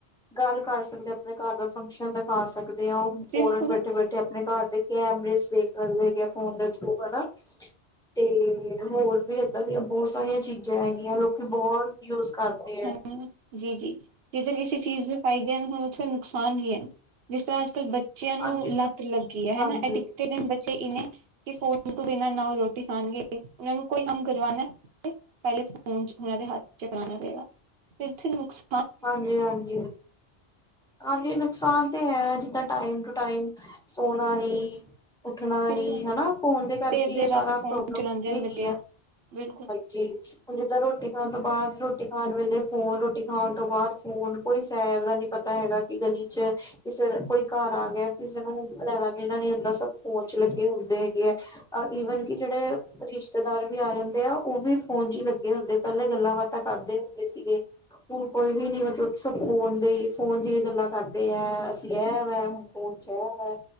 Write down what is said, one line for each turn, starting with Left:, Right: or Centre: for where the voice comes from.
Centre: ਗੱਲ ਕਰ ਸਕਦੇ ਆ, ਆਪਣੇ ਘਰ ਦਾ ਫੰਕਸ਼ਨ ਦਿਖਾ ਸਕਦੇ ਆ, ਉਹ ਫੋਰਨ
Right: ਬਿਲਕੁਲ
Centre: ਬੈਠੇ- ਬੈਠੇ ਠੇ ਆਪਣੇ ਘਰ ਦੇ ਕੈਮਰੇ ਦੇਖਦੇ ਹੈਗੇ ਫੋਨ ਦੇ ਥਰੂ ਹਨਾ। ਤੇ ਹੋਰ ਵੀ ਇਦਾਂ ਦੀਆਂ ਬਹੁਤ ਸਾਰੀਆਂ ਚੀਜਾ ਹੈਗੀਆਂ ਲੋਕੀ ਬਹੁਤ ਯੂਜ ਕਰਦੇ ਐ।
Right: ਜੀ-ਜੀ, ਜਿੱਧਰ ਕਿਸੇ ਚੀਜ਼ ਦੇ ਫਾਈਦੇ ਹੋਣ ਤੁਹਾਨੂੰ ਨੁਕਸਾਨ ਵੀ ਹਨ। ਜਿਸ ਤਰ੍ਹਾਂ ਅੱਜ- ਕੱਲ੍ਹ ਬੱ- ਚਿਆਂ ਨੂੰ
Centre: ਹਾਂਜੀ।
Right: ਲੱਤ ਲੱਗੀ ਐ
Centre: ਹਾਂਜੀ,
Right: ਹਨਾ। ਅਡਿਕਟਡ ਬੱਚੇ ਇਨੇ ਕਿ ਫੋਨ ਤੂੰ ਬਿਨਾਂ ਨਾ ਉਹ ਰੋਟੀ ਖਾਣਗੇ ਇਹਨਾਂ ਨੂੰ ਕੋਈ ਕੰਮ ਕਰਵਾਨਾ ਪਹਿਲੇ ਫੋਨ ਉਹ ਦੇ ਹੱਥ ਚ ਫਰਾਣਾ ਪਏਗਾ। ਤੇ ਇੱਥੇ ਨੁਕਸ-
Centre: ਹਾਂਜੀ ਹਾਂਜੀ। ਹਾਂਜੀ ਨੁਕਸਾਨ ਤੇ ਹੈ ਜਿੱਦਾਂ ਟਾਈਮ ਟੂ ਟਾਈਮ ਸੋਣਾ ਨੀ ਉੱਠਣਾ
Right: ਬਿਲਕੁਲ
Centre: ਨੀ ਹਨਾ। ਫੋਨ ਦੇ ਕਰਕੇ
Right: ਦੇਰ-ਦੇਰ
Centre: ਇਹ ਸਾਰਾ
Right: ਰਾਤ ਫੋਨ
Centre: ਪ੍ਰੋਬਲਮ
Right: ਚਲਾਉਂਦੇ
Centre: ਹੁੰਦੀ
Right: ਹਨ
Centre: ਹੈਗੀ
Right: ਬੱਚੇ
Centre: ਐ।
Right: ਬਿਲਕੁਲ
Centre: ਜੀ, ਹੁਣ ਜਿੱਦਾਂ ਰੋਟੀ ਖਾਣ ਤੋਂ ਬਾਅਦ ਰੋਟੀ ਖਾਣ ਵੇਲੇ ਫੋਨ ਰੋਟੀ ਖਾਣ ਤੋਂ ਬਾਅਦ ਫੋਨ ਕੋਈ ਸੈਰ ਦਾ ਨੀ ਪਤਾ ਹੈਗਾ ਕਿ ਗਲੀ ਚ ਕਿਸੇ ਦਾ ਕੋਈ ਘਰ ਆ ਗਿਆ ਕਿਸੇ ਨੂੰ ਲੈਣਾ-ਦੇਣਾ ਨੀ ਹੁੰਦਾ ਸਭ ਫ਼ੋਨ ਚ ਲੱਗੇ ਹੁੰਦੇ ਹੈਗੇ ਆ, ਈਵਨ ਕਿ ਜਿਹੜੇ ਰਿਸ਼ਤੇਦਾਰ ਵੀ ਆ ਜਾਂਦੇ ਆ, ਉਹ ਵੀ ਫੋਨ ਚ ਈ ਲੱਗੇ ਹੁੰਦੇ ਐ, ਪਹਿਲਾਂ ਗੱਲਾਂ ਬਾਤਾਂ ਕਰਦੇ ਹੁੰਦੇ ਸੀਗੇ। ਹੁਣ ਕੋਈ ਵੀ ਨੀ ਮਤਲਬ, ਸਭ ਫੋਨ ਦੇ ਈ ਫੋਨ ਦੀਆਂ ਗੱਲਾਂ ਕਰਦੇ ਐ, ਅਸੀਂ ਐਵਾ ਹੁਣ ਫੋਨ ਚ ਐ ਵੈ